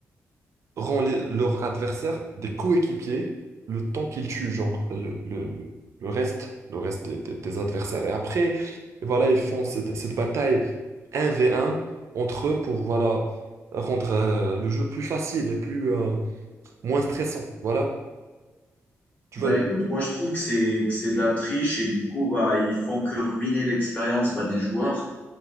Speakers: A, on the right; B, on the left.
A: rend les- leurs adversaires des coéquipiers le temps qu'ils tuent, genre le, le, le, le reste, le reste des, des, des adversaires. Et après, et voilà, ils font cette, cette bataille un v un entre eux pour voilà rendre euh, le jeu plus facile et plus euh, moins stressant. Voilà. Tu
B: Bah
A: vois,
B: écoute, moi je trouve que c'est que c'est de la triche et du coup bah ils font que ruiner l'expérience bah, des joueurs.